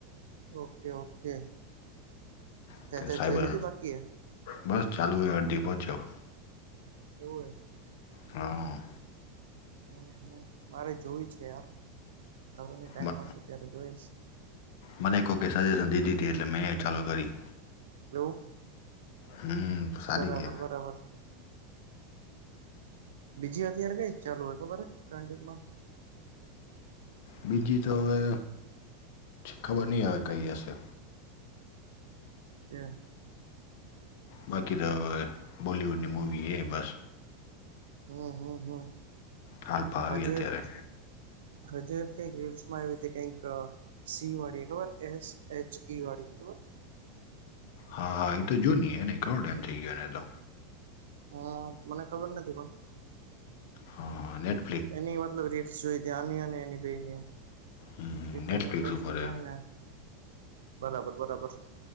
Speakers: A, on the right (about 75°); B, on the left (about 60°).
A: ઓકે ઓકે
B: ઓ
A: તે
B: કે
A: તે
B: સાહેબર
A: જોઈ લીધી બાકી એ
B: બસ ચાલુ અડધી પહોંચ્યો.
A: એવું હોય.
B: હા.
A: હમ હમ મારે જોય છે યાર ખબર નઈ ટાઈમ
B: મ
A: મળશે ત્યારે જોઈશ.
B: મને એક વખ સજેશન દીધી તી એટલે મેં ચાલુ કરી.
A: એવું.
B: હમ. સારી
A: બરાબર
B: છે
A: બરાબર. બીજી અત્યારે કઈ ચાલુ હ ખબર ટ્રેન્ડિંગમાં
B: બીજી તો હવે ખબર નહી હવે કઈ હશે.
A: ક્યાં.
B: બાકી તો બોલીવુડની મૂવી એ બસ.
A: હમ હમ હમ.
B: હાલ ભાવી
A: હજુ
B: એ અત્યારે.
A: એક હજુ કઈક રીલ્સમાં આવીવી રીતે કઈક સી વાળી ખબર એસ એચ ઈ વાળી ખબર
B: હા હા એ તો જો નઈ એને ઘણો ટાઈમ થઈ ગયો એને તો
A: હા મને ખબર નથી કોણ.
B: હા હા નેગ.
A: એની મતલબ રિલ્સ જોઈ આની અને એની બે એની એમ <unintelligible>
B: હમ નેટફ્લિક્સ ઉપર છે
A: બરાબર બરાબર.